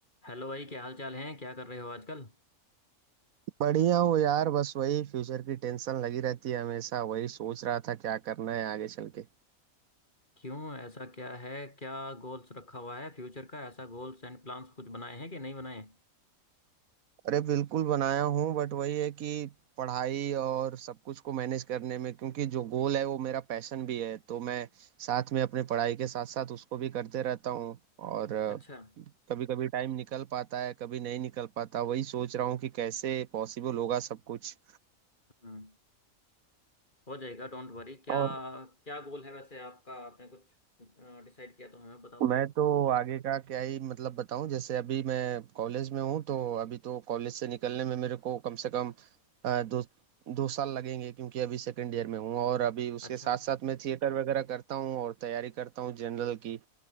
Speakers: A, on the left; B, on the right.
A: Hello भाई क्या हाल चाल है क्या कर रहे हो आजकल
B: बढ़िया हो यार बस वही फ्यूचर की टेंशन लगी रहती है हमेशा वही सोच रहा था क्या करना है आगे चल के
A: क्यों ऐसा क्या है क्या गोल्स रखा हुआ है फ्यूचर का ऐसा गोल्स एंड प्लान्स कुछ बनाए हैं कि नहीं बनाए हैं
B: अरे बिल्कुल बनाया हूँ बट वही है कि पढ़ाई और सब कुछ को मैनेज करने में क्योंकि जो गोल है वो मेरा पैशन भी है तो मैं साथ में अपने पढ़ाई के साथ साथ उसको भी करते रहता हूँ और
A: अच्छा
B: कभी कभी टाइम निकल पाता है कभी नहीं निकल पाता वही सोच रहा हूँ कि कैसे पॉसिबल होगा सब कुछ
A: हम्म हो जाएगा डोंट वरी क्या
B: और
A: क्या गोल है वैसे आपका आपने कुछ डिसाइड किया तो हमें बताओ भाई
B: मैं तो आगे का क्या ही मतलब बताऊं जैसे अभी मैं कॉलेज में हूं तो अभी तो कॉलेज से निकलने में मेरे को कम से कम अ, दो दो साल लगेंगे क्योंकि अभी सेकंड ईयर में हूं और अभी उसके
A: अच्छा
B: साथ साथ मैं थिएटर वगैरह करता हूं और तैयारी करता हूं जनरल की